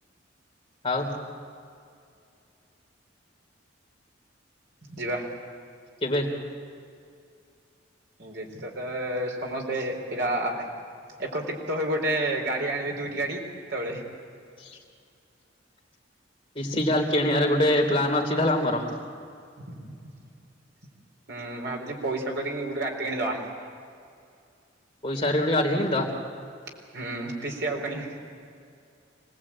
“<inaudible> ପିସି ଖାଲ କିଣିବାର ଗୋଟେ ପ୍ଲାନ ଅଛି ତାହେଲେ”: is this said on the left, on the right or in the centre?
Left